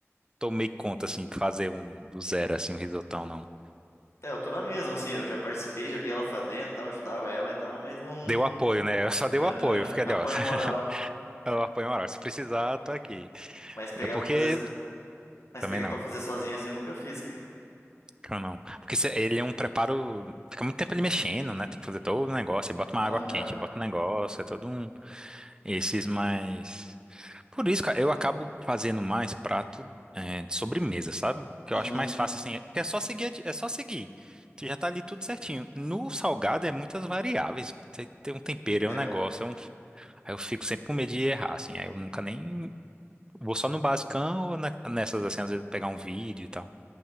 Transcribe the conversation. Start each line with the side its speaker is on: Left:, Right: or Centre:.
Right: tomei conta, assim, de fazer um do zero, assim, um risotão, não.
Left: É, eu tô na mesma, assim, eu já participei, já vi ela fazendo e tal, ajudava ela e tal, mas não.
Right: Deu apoio, né? Eu só dei
Left: Aham,
Right: o apoio. Fiquei
Left: apoio
Right: ali, ó.
Left: moral.
Right: <laughs> Eu apoio moral. Se precisar, tô aqui.
Left: Mas pegar
Right: É porque...
Left: pra fazer, mas
Right: Também
Left: pegar
Right: não.
Left: para fazer sozinho assim eu nunca fiz, cara.
Right: Que eu não. Porque se- ele é um preparo. Fica muito tempo ele mexendo, né? Tem que fazer todo o negócio. Aí bota uma água
Left: Aham.
Right: quente, bota um negócio. É todo um. Esses mais. Por isso, cara, eu acabo fazendo mais prato é, de sobremesa, sabe? Que eu
Left: Uhum.
Right: acho mais fácil, assim. É que é só seguir. a di- É só seguir. Tu já tá ali tudo certinho. No salgado é muitas variáveis. Tem que ter um tempero,
Left: É.
Right: é um negócio. É um... Aí eu fico sempre com medo de errar, assim. Aí eu nunca nem. Vou só no basicão ou na- nessas, assim, às vezes pegar um vídeo e tal.